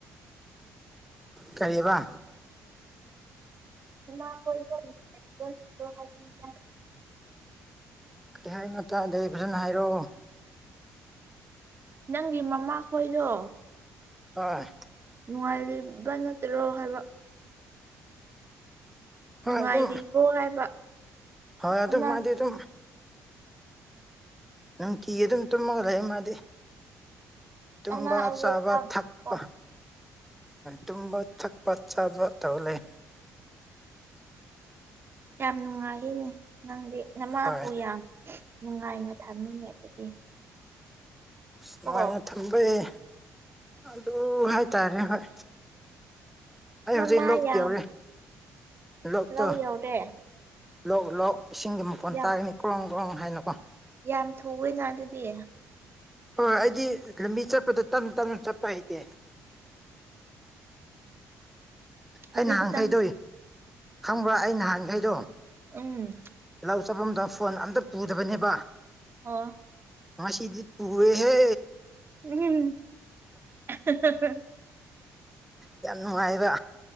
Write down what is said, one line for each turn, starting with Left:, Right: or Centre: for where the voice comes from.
Centre: ꯀꯔꯤꯌꯦꯕ
Right: <inaudible>
Centre: ꯀꯩ ꯍꯥꯏꯅꯣ ꯇꯥꯗꯦ ꯐꯖꯟꯅ ꯍꯥꯏꯔꯛꯑꯣ
Right: ꯅꯪꯒꯤ ꯃꯃꯥ ꯈꯣꯏꯗꯣ
Centre: ꯍꯣꯏ
Right: ꯅꯨꯡꯉꯥꯏꯔꯤꯕ ꯅꯠꯇꯔꯣ ꯍꯥꯏꯕ
Centre: ꯍꯣꯏ
Right: ꯅꯨꯡꯉꯥꯏꯔꯤꯕꯣ
Centre: ꯑꯗꯨꯝ
Right: ꯍꯥꯏꯕ
Centre: ꯍꯣꯏ ꯑꯗꯨꯝ
Right: ꯑꯅꯥ
Centre: ꯃꯥꯗꯤ ꯑꯗꯨꯝ ꯅꯨꯡꯇꯤꯒꯤ ꯑꯗꯨꯝ ꯇꯨꯝꯃꯒ ꯂꯩꯌꯦ ꯃꯥꯗꯤ ꯇꯨꯝꯕ
Right: ꯑꯅꯥ ꯑꯌꯦꯛ
Centre: ꯆꯥꯕ
Right: ꯌꯥꯎꯗꯦꯀꯣ
Centre: ꯊꯛꯄ ꯇꯨꯝꯕ ꯊꯛꯄ ꯆꯥꯕ ꯇꯧꯔ ꯂꯩ
Right: ꯌꯥꯝ ꯅꯨꯡꯉꯥꯏꯔꯤꯅꯦ ꯅꯪꯗꯤ ꯅꯃꯥꯕꯨ
Centre: ꯍꯣꯏ
Right: ꯌꯥꯝ ꯅꯨꯡꯉꯥꯏꯅ ꯊꯥꯃꯤꯅꯦ ꯑꯗꯨꯗꯤ
Centre: ꯅꯨꯡꯉꯥꯏꯅ
Right: ꯀꯣ
Centre: ꯊꯝꯕꯩ ꯑꯗꯨ ꯍꯥꯏ ꯇꯥꯔꯦ ꯍꯣꯏ ꯑꯩ
Right: ꯃꯃꯥ
Centre: ꯍꯧꯖꯤꯛ ꯂꯣꯛ
Right: ꯌꯥꯝ
Centre: ꯌꯧꯔꯦ ꯂꯣꯛꯇꯣ
Right: ꯂꯧ ꯌꯧꯔꯦ
Centre: ꯂꯣꯛ ꯂꯣꯛ ꯏꯁꯤꯡꯒꯤ ꯃꯈꯣꯟ
Right: ꯌꯥꯝ
Centre: ꯇꯥꯒꯅꯤ ꯀ꯭ꯔꯣꯡ ꯀ꯭ꯔꯣꯡ ꯍꯥꯏꯅꯀꯣ
Right: ꯌꯥꯝ ꯊꯨꯏꯌꯦꯅ ꯑꯗꯨꯗꯤ
Centre: ꯍꯣꯏ ꯑꯩꯗꯤ ꯂꯝꯕꯤ ꯆꯠꯄꯗ ꯇꯞꯅ ꯇꯞꯅ ꯆꯠꯄ ꯍꯩꯇꯦ
Right: ꯍꯧꯖꯤꯛ
Centre: ꯑꯩ ꯅꯍꯥꯟꯈꯩꯗꯣ
Right: ꯈꯛꯇꯪ
Centre: ꯈꯪꯕ꯭ꯔꯥ ꯑꯩ ꯅꯍꯥꯟꯈꯩꯗꯣ
Right: ꯎꯝ
Centre: ꯂꯧ ꯆꯠꯐꯝꯗ ꯐꯣꯟ ꯑꯝꯇ ꯄꯨꯗꯕꯅꯦꯕ
Right: ꯑꯣ
Centre: ꯉꯁꯤꯗꯤ ꯄꯨꯔꯦ ꯍꯦ
Right: ꯎꯝ ꯑꯍꯥ ꯍꯥ ꯍꯥ
Centre: ꯌꯥꯝ ꯅꯨꯡꯉꯥꯏꯕ